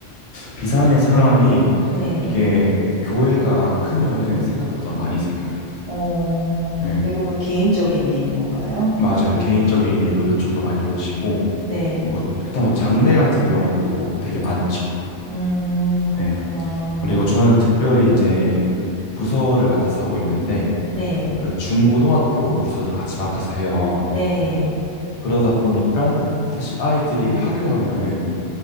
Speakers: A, on the left; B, on the right.
A: 비상의 상황이
B: 네.
A: 이게 교회가 크면은 생각보다 많이 생겨요.
B: 어.
A: 예,
B: 대부분 개인적인 일인 건가요?
A: 맞아요. 개인적인 일로 요청도 많이 오시고,
B: 네.
A: 뭐, 일단 뭐 장례 같은 경우도 되게 많죠.
B: 음 그렇구나.
A: 예. 그리고 저는 특별히 이제 부서를 맡아서 하고 있는데,
B: 네.
A: 그 중고등학교 부서를 같이 맡아서 해요.
B: 네.
A: 그러다 보니까 사실 아이들이 학교하면은